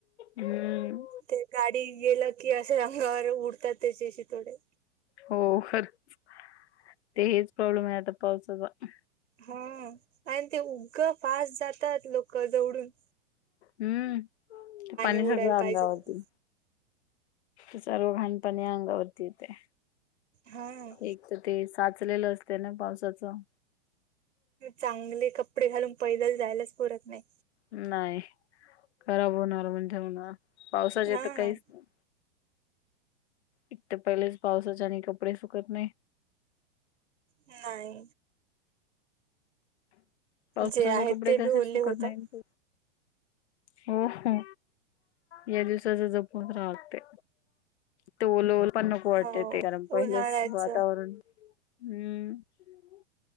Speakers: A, on the left; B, on the right.
A: हम्म.
B: ते गाडी गेलं कि असे अंगावर उडतात, त्याचे शीतोडे
A: हो खरंच, ते हेच प्रॉब्लेमय आता पावसाचा
B: हा आणि ते उगं फास्ट जातात लोक जवळून
A: हम्म, पाणी
B: उडायला
A: सगळं
B: पाहिजे
A: अंगावरती
B: म्हणून.
A: ते सर्व घाण पाणी, अंगावरती येतय
B: हा.
A: एक तर ते, साचलेलं असते ना, पावसाचं
B: चांगले कपडे घालून, पैदल जायलाच पुरत नायी
A: नाही खराब होणार म्हणजे होणार, पावसाचे
B: हा.
A: त काहीच नाही. एक त पहिलेच पावसाच्याह्यानी कपडे सुकत नाही.
B: नायी
A: पावसाचे
B: जे आहेत
A: कपडे
B: ते
A: कसेच
B: बी ओले
A: सुकत
B: होतात
A: नाहीत हो हो या दिवसाच जपून राहव लागतय ते ओलं ओलं पण नको वाटते
B: हो
A: ते, कारण पहिलेच
B: उन्हाळ्याच
A: वातावरण हम्म